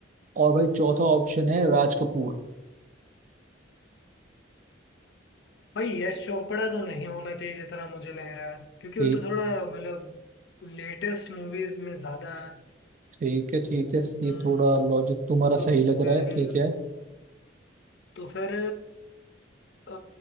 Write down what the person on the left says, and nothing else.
भाई यश चोपड़ा तो नहीं होना चाहिए जितना मुझे लग रहा है क्योंकि
वो तो थोड़ा मतलब लेटेस्ट मूवीज में ज्यादा है
हम्म,
तो
फिर
तो फिर अ,